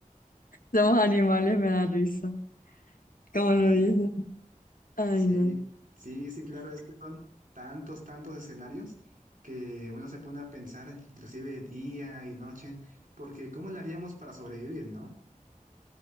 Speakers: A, on the left (about 80°); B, on the right (about 80°).
A: Somos animales, me da risa. ¿Cómo lo dices? Ay,
B: Sí,
A: no.
B: sí, sí, claro, es que son tantos, tantos escenarios que uno se pone a pensar inclusive día y noche, porque ¿cómo lo haríamos para sobrevivir, no?